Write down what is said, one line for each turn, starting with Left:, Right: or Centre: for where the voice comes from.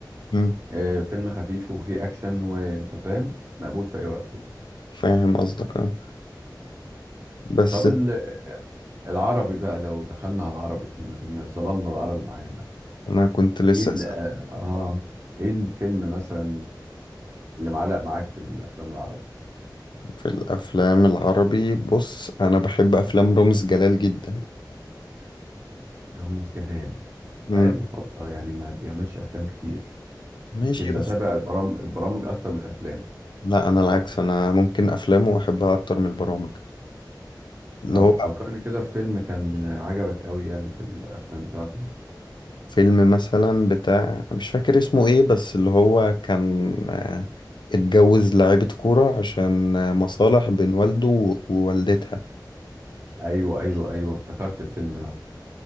Left: مم.
Right: آه، فيلم خفيف وفيه اكشن وانت فاهم مقبول في اي وقت يعني.
Left: فاهم قصدك اه بس
Right: طب ال- العربي بقى لو دخلنا على العربي احنا ما كنا ظلمنا العربي معانا
Left: أنا كنت لسه
Right: ايه ال-
Left: أسأل
Right: اه آه، ايه الفيلم مثلا اللي معلق معاك في الافلام العربية
Left: في الأفلام العربي بص أنا بحب أفلام رامز جلال جدا
Right: رامز جلال
Left: مم.
Right: بقاله فترة يعني ما بيعملش أفلام كتير
Left: ماشي
Right: يمكن بتابع
Left: بس
Right: البرامج البرامج أكتر من الأفلام
Left: لا أنا العكس أنا ممكن أفلامه أحبها أكتر من البرامج اللي
Right: طب
Left: هو
Right: فكرني كده في فيلم كان عجبك أوي يعني في الأفلام بتاعته
Left: فيلم مثلا بتاع مش فاكر اسمه ايه بس اللي هو كان آه، اتجوز لاعيبة كورة عشان آه، مصالح بين والده و- ووالدتها
Right: أيوه أيوه أيوه افتكرت الفيلم ده